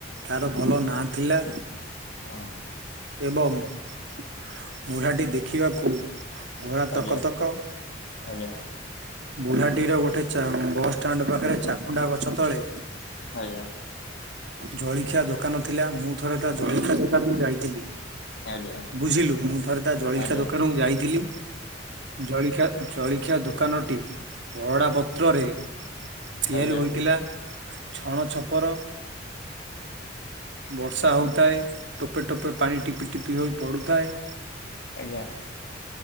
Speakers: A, on the right; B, on the left.
A: ତାର ଭଲ ନାଁ ଥିଲା।
B: ହଁ।
A: ଏବଂ ବୁଢ଼ାଟି ଦେଖିବାକୁ ଗୋରା
B: ଆଜ୍ଞା।
A: ତକ ତକ
B: ଆଜ୍ଞା
A: ବୁଢାଟି ର ଗୋଟେ ଚା ପାଖରେ ଚାଖୁଣ୍ଡା ଗଛ ତଳେ
B: ଆଜ୍ଞା।
A: ଜଳିଖିଆ ଦୋକାନ ଥିଲା, ମୁଁ ଥରେ ତା ଜଳଖିଆ ଦୋକାନକୁ ଯାଇଥିଲି।
B: ଆଜ୍ଞା
A: ବୁଝିଲୁ ମୁଁ ଥରେ ତା ଜଳିଖିଆ
B: ଆଜ୍ଞା
A: ଦୋକାନକୁୁ
B: ଆଜ୍ଞା
A: ଯାଇଥିଲି। ଜଳିଖଆ ଜଳିଖିଆ ଦ ଦୋକାନ ଟି ବରନା ପତ୍ରରେ ତିଆରି
B: ଆଜ୍ଞା। ଆଜ୍ଞା
A: ହୋଇଥିଲା। ଛଣ ଛପର ବର୍ଷା ହଉଥାଏ।
B: ଉଁ
A: ଟୋପେ ଟୋପେ ପାଣି ଟିପି ଟିପି ହୋଇ ପଡୁଥାଏ।
B: ଆଜ୍ଞା।